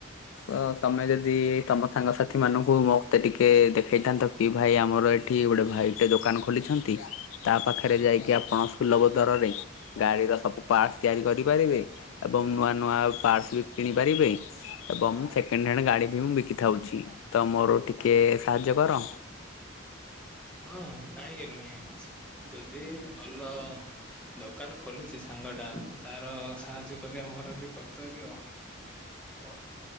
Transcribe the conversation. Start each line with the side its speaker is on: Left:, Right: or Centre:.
Left: ତ ତମେ ଯଦି ତମ ସାଙ୍ଗସାଥିମାନୁଙ୍କୁ ମତେ ଟିକେ ଦେଖେଇଥାନ୍ତ ଏ ଭାଇ ଆମର ଏଠି ଗୋଟେ ଭାଇଟେ ଦୋକାନ ଖୋଲିଛନ୍ତି ତା ପାଖେ ହେରେ ଯାଇକି ଆପଣ ସୁଲଭ ଦରରେ ଗାଡ଼ିର ସବୁ ପାର୍ଟସ୍ ତିଆରି କରିପାରିବେ ଏବଂ ନୂଆ ନୂଆ ଆଉ ପାର୍ଟସ୍ ବି କିଣି ପାରିବେ। ଏବଂ ସେକେଣ୍ଡ୍ ହ୍ୟାଣ୍ଡ୍ ଗାଡ଼ି ବି ମୁଁ ବିକି ଥାଉଛି ତ ମୋର ଟିକେ ସାହାଯ୍ୟ କର।
Centre: ହଁ କାହିଁକି ନୁହେଁ ଯଦି ଭଲ ଦୋକାନ ଖୋଲିଚି ସାଙ୍ଗଟା ତ ତାର ସାହାଯ୍ୟ କରିବା ମୋର ବି କର୍ତ୍ତବ୍ୟ ଉଆ